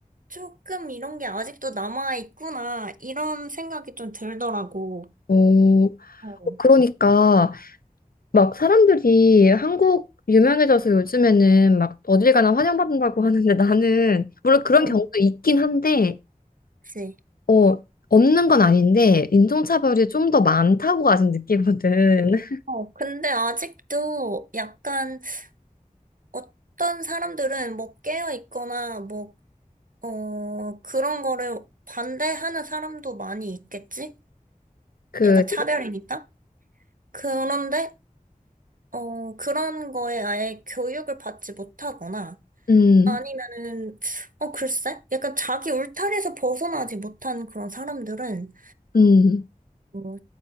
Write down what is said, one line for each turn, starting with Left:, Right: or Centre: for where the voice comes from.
Right: 조금 이런 게 아직도 남아있구나. 이런 생각이 좀 들더라고.
Left: 오,
Right: 어,
Left: 그러니까. 막 사람들이 한국 유명해져서 요즘에는 막 어딜 가나 환영받는다고 <laughs> 하는데 나는 물론 그런
Right: 어,
Left: 경우도 있긴 한데
Right: 그치.
Left: 어 없는 건 아닌데 인종차별이 좀 더 많다고 아직 느끼거든. <laughs>
Right: 어, 근데 아직도 약간 어떤 사람들은 뭐 깨어있거나 뭐 어, 그런 거를 반대하는 사람도 많이 있겠지?
Left: 그
Right: 약간 차별이니까? 그런데, 어, 그런 거에 아예 교육을 받지 못하거나,
Left: 음,
Right: 아니면은, 어, 글쎄? 약간 자기 울타리에서 벗어나지 못한 그런 사람들은,
Left: 음,
Right: 뭐,